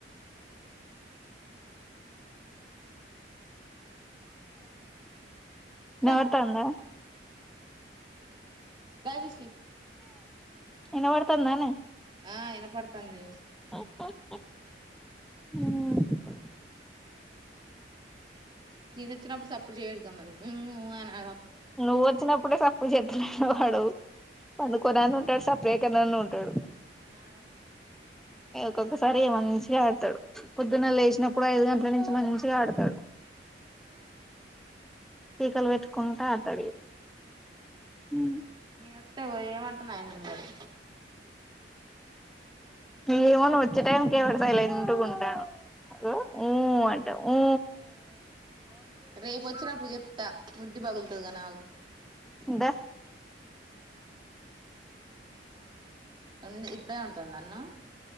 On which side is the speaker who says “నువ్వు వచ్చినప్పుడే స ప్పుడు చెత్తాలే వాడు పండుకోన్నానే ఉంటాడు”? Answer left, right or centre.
Centre